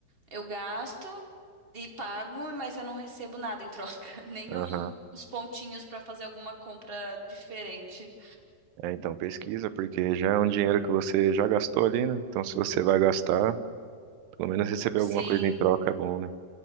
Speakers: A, on the right; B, on the right.
A: eu gasto e pago, mas eu não recebo nada em troca, <laughs> nenhum
B: aham.
A: um- uns pontinhos pra fazer alguma compra diferente.
B: É, então pesquisa, porque já é um dinheiro que você já gastou ali, né? Então se você vai gastar, pelo menos receber
A: Sim.
B: alguma coisa em troca é bom, né?